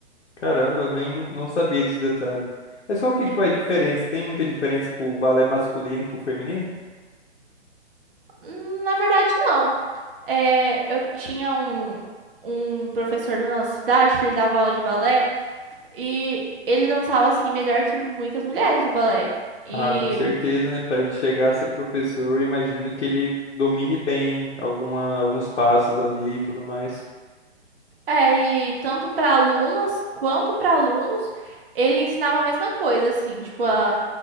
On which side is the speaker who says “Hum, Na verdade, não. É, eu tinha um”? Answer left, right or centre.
Right